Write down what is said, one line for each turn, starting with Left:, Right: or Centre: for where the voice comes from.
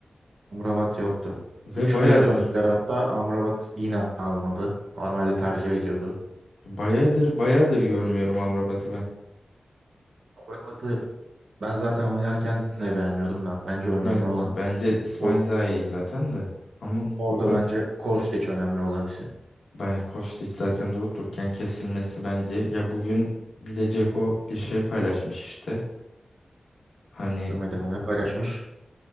Right: Amrabat yoktu.
Left: Ve
Right: Üçlüye
Left: bayağıdır.
Right: döndüler hatta. Amrabat yine almadı. Normalde tercih ediyordu.
Left: Bayağıdır bayağıdır görmüyorum Amrabat'ı ben.
Right: Amrabat'ı ben zaten oynarken de beğenmiyordum da. Bence önemli
Left: Ben,
Right: olan.
Left: bence İsmail
Right: o-
Left: daha iyi zaten de. Ama
Right: Orada
Left: o kadar.
Right: bence Kostic önemli olan isim.
Left: Ben Kostić zaten durup dururken kesilmesi bence. Ya bugün bir de Ceko bir şey paylaşmış işte. Hani
Right: Görmedim onu paylaşmış.